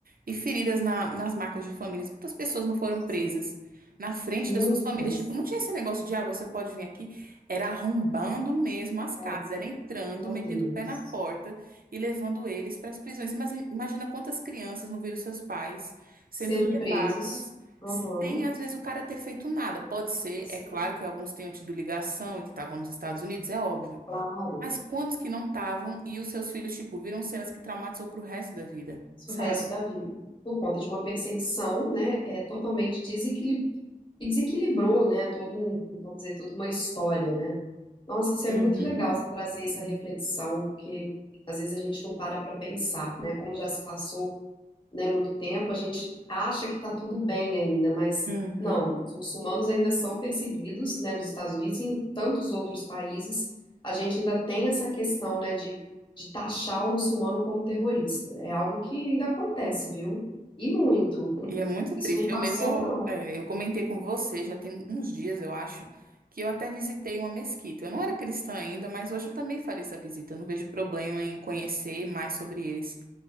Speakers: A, on the right; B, on the left.
A: e feridas na- nas marcas de famílias, quantas pessoas não foram presas
B: sim,
A: na frente
B: muitas,
A: das suas famílias? Tipo, não tinha esse negócio de, ah, você pode vir aqui. Era arrombando mesmo as casas,
B: é,
A: era entrando,
B: meu
A: metendo
B: Deus,
A: o pé na porta e levando eles para as prisões. Imagina imagina quantas crianças não viram seus pais sendo
B: sendo
A: levados
B: presos, aham,
A: sem, às vezes, o cara ter feito nada. Pode ser,
B: sim,
A: é claro que alguns tenham tido ligação e que estavam nos Estados Unidos, é óbvio.
B: claro.
A: Mas quantos que não estavam e os seus filhos, tipo, viram cenas que traumatizou pro resto da vida, sabe?
B: o resto da vida, por conta de uma perseguição, né, é totalmente desequili- e desequilibrou, né, todo um, vamos dizer, toda uma história, né? Nossa, isso é
A: Uhum,
B: muito legal, você trazer essa reflexão, porque às vezes a gente não para para pensar, né, como já se passou né, muito tempo, a gente acha que está tudo bem ainda, mas
A: uhum.
B: não, os muçulmanos ainda são perseguidos, né, nos Estados Unidos e em tantos outros países, a gente ainda tem essa questão, né, de, de taxar o muçulmano como terrorista. É algo que ainda acontece, viu? E muito. <laughs>
A: E é muito
B: Isso
A: triste.
B: não passou,
A: Eu mesmo, eu,
B: não.
A: é, eu comentei com você, já tem uns dias, eu acho, que eu até visitei uma mesquita. Eu não era cristã ainda, mas hoje eu também faria essa visita. Eu não vejo problema em conhecer mais sobre eles.